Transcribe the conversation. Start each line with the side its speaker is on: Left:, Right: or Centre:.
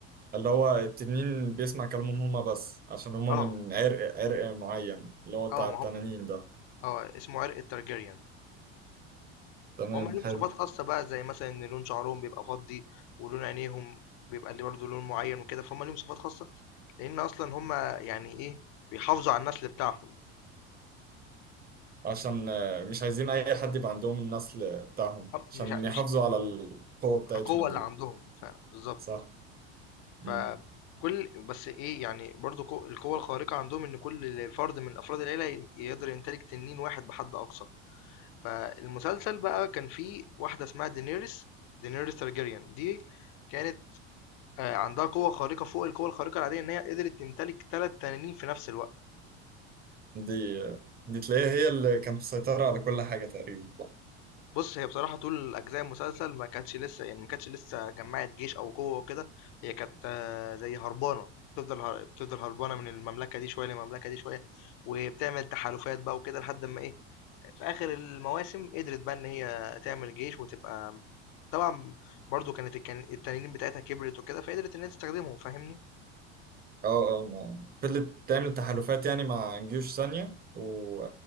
Right: اللي هو التنين بيسمع كلامهم هما بس عشان هما
Left: اه
Right: من عرق عرق معين اللي هو بتاع
Left: اه ما
Right: التنانين
Left: هم
Right: ده
Left: اه اسمه عرق التارجيريان
Right: تمام
Left: هم ليهم
Right: حلو
Left: صفات خاصة بقى زي مثلا ان لون شعرهم بيبقى فضي ولون عينيهم بيبقى اللي برضه لون معين وكده فهم ليهم صفات خاصة لان اصلا هم يعني ايه بيحافظوا على النسل بتاعهم
Right: عشان آه، مش عايزين أي حد يبقى عندهم النسل بتاعهم
Left: أب
Right: عشان
Left: مش ع
Right: يحافظوا
Left: مش
Right: على القوة بتاعتهم
Left: القوة اللي
Right: دي
Left: عندهم، ف بالضبط،
Right: صح مم.
Left: فكل بس إيه، يعني برضه قو القوة الخارقة عندهم إن كل فرد من أفراد العيلة ي يقدر يمتلك تنين واحد بحد أقصى، فالمسلسل بقى كان فيه واحدة اسمها Daenerys Daenerys Targaryen دي كانت آآ عندها قوة خارقة فوق القوة الخارقة العادية، إن هي قدرت تمتلك 3 تنانين في نفس الوقت.
Right: دي آه، دي تلاقيها هي اللي كانت مسيطرة على كل حاجة تقريبا
Left: بُص، هي بصراحة طول أجزاء المسلسل ما كانتش لسه يعني ما كانتش لسه جمّعت جيش أو قوة وكده، هي كانت آه، زي هربانة، بتفضل هر بتفضل هربانة من المملكة دي شوية للمملكة دي شوية، وبتعمل تحالفات بقى وكده لحد أمّا إيه، في آخر المواسم قدرت بقى إن هي تعمل جيش وتبقى طبعًا برضه كانت الكن التنانين بتاعتها كبرت وكده، فقدرت إن هي تستخدمهم فاهمني؟
Right: اه اه ما فضلت تعمل تحالفات يعني مع جيوش ثانية و